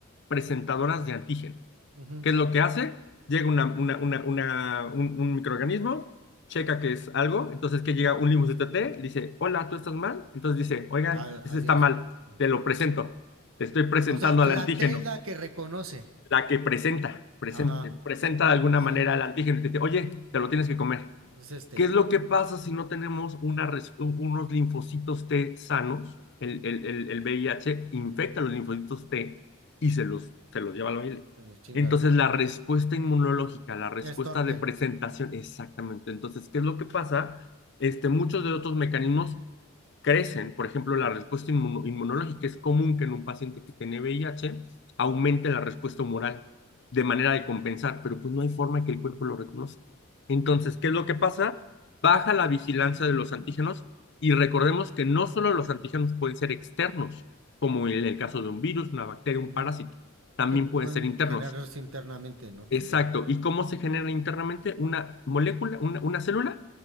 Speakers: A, on the left; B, on the right.
A: presentadoras de antígeno.
B: ujú,
A: ¿Qué es lo que hace? Llega una, una, una, una- un, un microorganismo, checa que es algo, entonces que llega un linfocito T, dice, hola, ¿tú estás mal? Entonces dice, oigan,
B: a
A: este
B: adiós.
A: está mal,
B: Mm.
A: te lo presento, te estoy presentando
B: O sea, la
A: al antígeno
B: T es la que reconoce.
A: la que presenta, presenta
B: Ajá,
A: presenta de alguna
B: sí,
A: manera el antígeno y te dice, oye, te lo tienes que comer.
B: es este.
A: ¿Qué es lo que pasa si no tenemos una unos linfocitos T sanos? El, el, el, el VIH infecta
B: Ujú,
A: los linfocitos T y se los, se los lleva al baile.
B: se los chingan.
A: Entonces, la respuesta inmunológica, la respuesta
B: Es torpe.
A: de presentación, exactamente. Entonces, ¿qué es lo que pasa? Este, muchos de otros mecanismos crecen. Por ejemplo, la respuesta inmun- inmunológica es común que en un paciente que tiene VIH aumente la respuesta humoral de manera de compensar, pero pues no hay forma que el cuerpo lo reconozca. Entonces,
B: Ujú,
A: ¿qué es lo que pasa? Baja la vigilancia de los antígenos y recordemos que no solo los antígenos pueden ser externos, como en el caso de un virus, una bacteria, un
B: ujú.
A: parásito, también
B: Se pueden
A: pueden ser internos.
B: generarse internamente, ¿no? También.
A: Exacto. ¿Y cómo se genera internamente una molécula, una, una célula